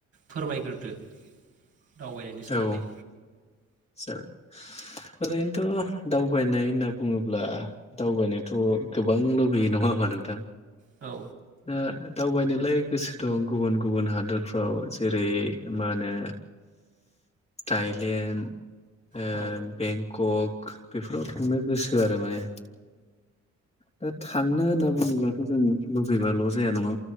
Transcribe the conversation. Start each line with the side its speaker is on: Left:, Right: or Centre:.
Right: फोरमायग्रोदो दावबायनायनि सोमोन्दै
Left: औ जाबाय ओरैनोथ दावबायनाय होनना बुङोब्ला दावबायनोथ गोबां लुबैयो नङा होनबा नोंथां
Right: औ
Left: दा दावबायनोलाय गोसो दं गुबुन-गुबुन हादोरफ्राव जेरै मा होनो थाइलेण्ड ओ
Right: औ
Left: बेंकक बेफोराव थांनो गोसो आरो माने दा थांनो होनना बुङोब्लाथ' जों लुबैबाल' जाया नङा